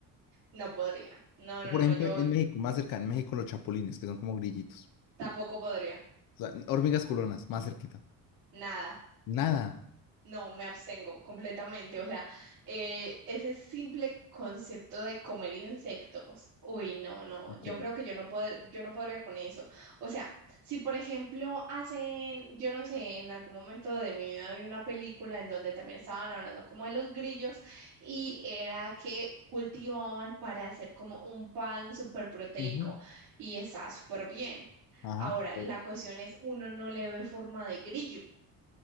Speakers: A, on the right (about 90°); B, on the left (about 65°).
A: no podría. No,
B: Por
A: no, no,
B: ejemplo,
A: yo
B: en México, más cerca, en México los chapulines, que son como grillitos.
A: tampoco podría.
B: O sea, hormigas culonas, más cerquita.
A: Nada.
B: Nada.
A: No, me abstengo completamente. O sea, eh, ese simple concepto de comer insectos. Uy, no, no.
B: Ok.
A: Yo creo que yo no pod- yo no podría con eso. O sea, si por ejemplo hacen, yo no sé, en algún momento de mi vida vi una película en donde también estaban hablando como de los grillos y era que cultivaban para hacer como un pan súper proteico
B: Ujú.
A: y está súper bien.
B: Ajá.
A: Ahora,
B: Ok.
A: la cuestión es, uno no le ve forma de grillo.